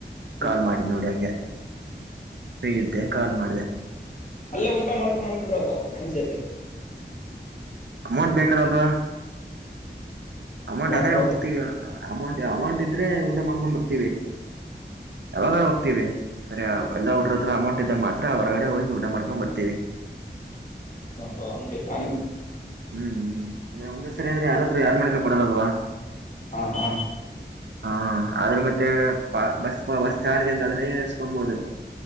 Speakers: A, on the left (about 45°); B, on the right (about 80°).
A: ಹ್ಮ್
B: ಕಾಲ್ ಮಾಡಿದ್ದ ನೋಡಿ ಹಂಗೆ ಫ್ರೀ ಇದ್ದೆ ಕಾಲ್ ಮಾಡಿದೆ
A: ಅಲ್ಲೇ ಊಟ ಮಾಡಕೊಂಡಂಬ ಬಂದ್ಬಿಟೊ ಫ್ರೆಡ್ಸ್ ಜೊತೆ
B: ಅಮೌಂಟ್ ಬೇಕಲ್ಲ ಬ್ರೋ ಅಮೌಂಟ್
A: ಒನ್
B: ಅದರೆ
A: ಪ್ರಾಬ್ಲಮ್
B: ಹೋಗ್ತೀಯ ಅಮೌಂಟ್ ಅಮೌಂಟ್ ಇದ್ರೆ ಊಟ ಮಾಡ್ಕೊಂಡ್ ಬರ್ತೀವಿ ಯಾವಾಗಾರ ಹೋಗ್ತವಿ ಅಂದ್ರೆ ಎಲ್ಲ ಹುಡುಗರ ಹತ್ರ ಅಮೌಂಟ್ ಇದ್ರೆ ಮಾತ್ರ ಅವರಗಡೆ ಹೋಗಿ ಊಟ ಮಾಡ್ಕೊಂಡ್ ಬರ್ತೀವಿ
A: ಹ ಅ ಪಾನ <unintelligible>
B: ಹೂ ಹೂ ಅಂದ್ರೆ ಒಂದ್ಸರಿ ಅಂದ್ರೆ ಯಾರಾದ್ರರು ಯಾರ್ ಮಾಡಿದ್ರ ಕೊಡಲ್ಲಲ್ವಾ
A: ಹಾ ಹಾ
B: ಹಾ ಆದ್ರೆ ಮತ್ತೆ ಬಸ್ ಬಸ್ ಚಾರ್ಜ್ ಅಂತಾದ್ರೆ ಎಸ್ಕೊಬಹುದು